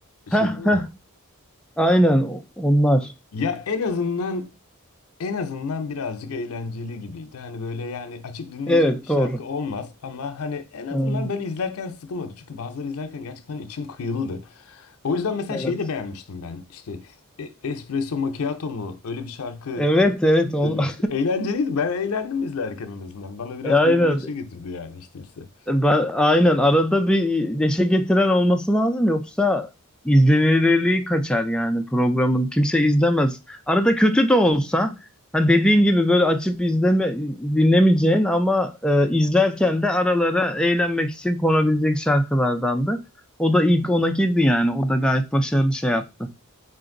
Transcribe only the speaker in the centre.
Heh
heh
aynen o- onlar.
Evet
doğru.
Hmm,
Evet.
Evet
evet on...
<laughs>
E, aynen.
E, Ben, aynen. Arada bir neşe getiren olması lazım. Yoksa izlenirliği kaçar yani programın. Kimse izlemez. Arada kötü de olsa hani dediğin gibi böyle açıp izleme dinlemeyeceğin ama e, izlerken de aralara eğlenmek için konabilecek şarkılardandı. O da ilk ona girdi yani. O da gayet başarılı şey yaptı.